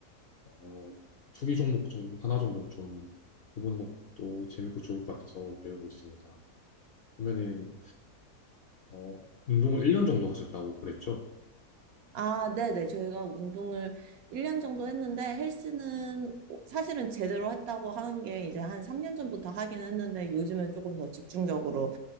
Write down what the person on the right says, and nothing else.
아, 네네. 저희가 운동을 1년 정도 했는데 헬스는 사실은 제대로 했다고 하는 게 이제 한 3년 전부터 하긴 했는데 요즘은 조금 더 집중적으로